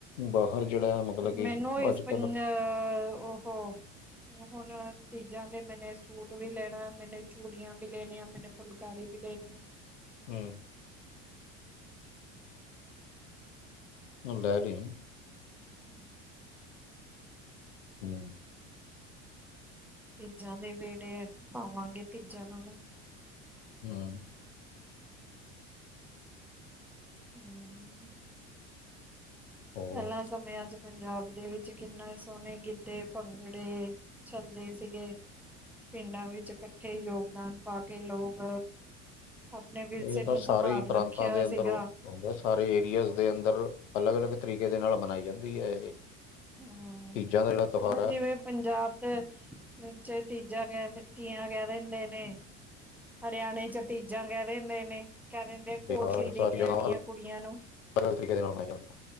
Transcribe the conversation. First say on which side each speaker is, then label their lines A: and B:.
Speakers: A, on the left (about 85°); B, in the centre.
A: ਬਾ ਹਰ ਜਿਹੜਾ ਮਤਲਬ ਕਿ
B: ਮੈਨੂੰ ਇਸ
A: ਅੱਜ
B: ਪੰਜਾ
A: ਕੱਲ
B: ਉਹ ਹੁਣ ਤੀਜਾਂ ਦੇ ਮੈਨੇ ਸੂਟ ਵੀ ਲੈਣਾ, ਮੈਨੇ ਚੂੜੀਆਂ ਵੀ ਲੈਣੀਆਂ, ਮੈਨੇ ਫੁਲਕਾਰੀ ਵੀ ਲੈਣੀ ਏ।
A: ਹਮ। ਹੁੰਦਾ ਹ ਲੈ
B: ਹਮ।
A: ਹਮ।
B: ਤੀਜਾਂ ਦੇ ਵੇੜੇ ਐ, ਪਾਵਾਂਗੇ ਤੀਜਾਂ ਨੂੰ ਹੁਣ।
A: ਹਮ।
B: ਹਮ
A: ਹੋਰ
B: ਪੈਲਾ ਸਮਿਆਂ ਚ ਪੰਜਾਬ ਦੇ ਵਿੱਚ ਕਿੰਨਾ ਸੋਹਣੇ ਗਿੱਧੇ, ਭੰਗੜੇ ਚੱਲਦੇ ਸੀਗੇ। ਪਿੰਡਾਂ ਵਿੱਚ ਇਕੱਠੇ ਯੋਗਦਾਨ ਪਾ ਕੇ ਲੋਕ ਆਪਣੇ ਵਿਰਸੇ
A: ਇਹ
B: ਨੂੰ
A: ਤਾਂ
B: ਸੰਭਾਲ
A: ਸਾਰੇ ਹੀ ਪ੍ਰਾਂਤਾਂ
B: ਰੱਖਿਆ
A: ਦੇ ਅੰਦਰ
B: ਸੀਗਾ।
A: ਉਹ ਹੁੰਦਾ, ਸਾਰੇ ਏਰੀਆਜ਼ ਦੇ ਅੰਦਰ ਅਲੱਗ -ਅਲੱਗ ਤਰੀਕੇ ਦੇ ਨਾਲ ਮਨਾਈ ਜਾਂਦੀ ਐ ਇਹ
B: ਹਮ,
A: ਤੀਜਾਂ ਦਾ ਜਿਹੜਾ ਤਿਉਹਾਰ
B: ਹਾ
A: ਹੈ
B: ਜਿਵੇਂ ਪੰਜਾਬ ਦੇ ਚ ਤੀਜਾ ਕ ਕੀਆਂ ਕਹਿ ਦਿੰਦੇ ਨੇ ਹਰਿਆਣੇ ਚ ਤੀਜਾਂ ਕਹਿ ਦ ਦਿੰਦੇ ਨੇ ਕਹਿ ਦਿੰਦੇ ਆ ਕੋਠਲੀ
A: ਬਿਹਾਰ ਸਾਰੀ
B: ਦੇ ਕੇ
A: ਜਗ੍ਹਾ
B: ਆਣੀ ਐ ਕੁੜੀਆਂ ਨੂੰ
A: ਅਲੱਗ-ਅਲੱਗ ਤਰੀਕੇ ਦੇ ਨਾਲ ਮਨਾਈ ਜਾਂਦੀ ਹੈ